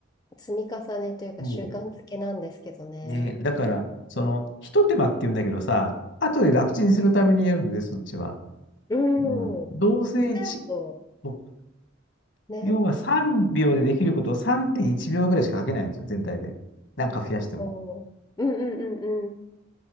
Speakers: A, on the left; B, on the left.
A: 積み重ねというか、
B: そ
A: 習慣づけなんですけどね。
B: うね、だから、その、ひと手間って言うんだけどさ、後で楽ちんするためにやるので、そっちは。
A: うん
B: うん。どうせいち
A: それだと、
B: そう
A: ね、
B: 要は3秒でできることを3.1秒ぐらいしかかけないんですよ、全体で。なんか増やしても。
A: おー、うんうんうんうん。